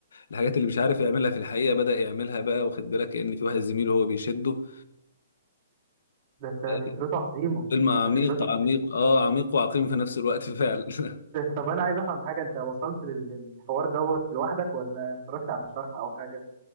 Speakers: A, on the left; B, on the right.
A: الحاجات اللي مش عارف يعملها في الحقيقه بدا يعملها بقى واخد بالك كأن في واحد زميله هو بيشده
B: ده ده
A: يعني
B: فكرته عظيمة
A: فيلم عميق
B: ده فكرته
A: عميق اه عميق وعقيم في نفس الوقت فعلا <laughs>
B: طب انا عايز افهم حاجه انت وصلت لل- للحوار دوت لوحدك ولا اتفرجت على شرح او حاجه